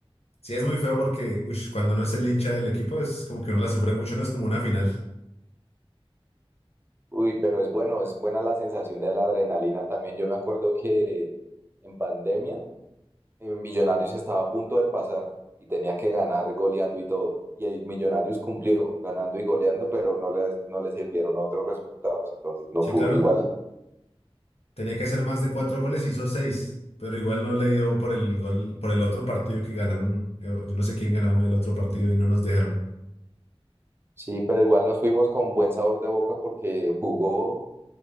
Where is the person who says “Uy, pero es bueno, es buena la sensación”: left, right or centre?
Right